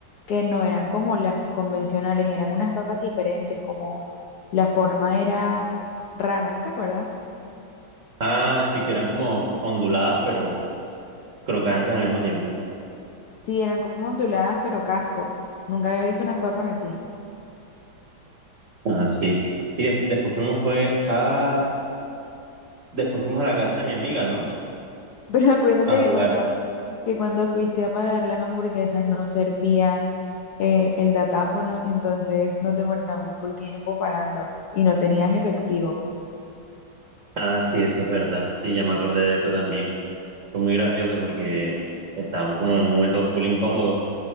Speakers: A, on the left; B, on the right.
A: que no eran como las convencionales, eran unas papas diferentes, como la forma era rara, ¿no te acuerdas?
B: Ah, sí, que eran como onduladas, pero crocantes al mismo tiempo.
A: Sí, eran como onduladas, pero casco. Nunca había visto unas papas así.
B: Ah, sí. Y des- después fuimos fue a... Después fuimos a la casa de mi amiga, ¿no?
A: Pero acuérdate
B: A jugar.
A: que cuando, que cuando fuiste a pagar las hamburguesas no servía eh, el datáfono, entonces nos demoramos full tiempo pagando y no tenías efectivo.
B: Ah, sí, eso es verdad. Sí, ya me acordé de eso también. Fue muy gracioso porque estábamos como en un momento full incómodo